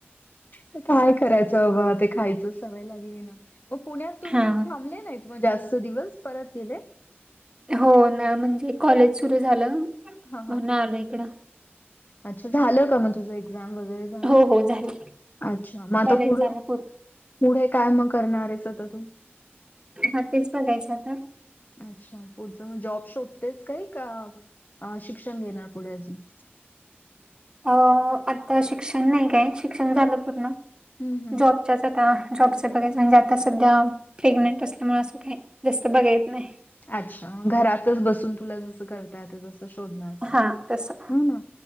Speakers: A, on the left (about 45°); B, on the right (about 20°).
A: तर काय करायचं बाबा ते खायचं सवय लागली ना. मग पुण्यात तुम्ही
B: हा
A: थांबले नाहीत म जास्त दिवस परत गेले?
B: हो ना म्हणजे कॉलेज सुरू झालं.
A: हा ह,
B: म्हणून आलो इकडं.
A: अच्छा झाल का मग तुझं एक व एक्झाम वैगेरे झालं?
B: हो हो झाले
A: अच्छा म आता
B: कॉलेज
A: पुढं?
B: झालं पूर्ण
A: पुढे काय मग करणार आहेस आता तू?
B: हा तेच बघायच आहे ना
A: अच्छा, पुढच म जॉब शोधतेस काही का? शिक्षण घेणार पुढे अजून
B: अ आता शिक्षण नाही काय, शिक्षण झालं पूर्ण
A: हम्म हम्म.
B: जॉब त्यात आता जॉबच बघायचं म्हणजे आता सध्या प्रेग्नेंट असल्यामुळे असं काही जास्त बघायच नाही.
A: अच्छा घरातच बसून तुला जसं करता येतं तसं शोधणार तू.
B: हा तसं
A: ह ना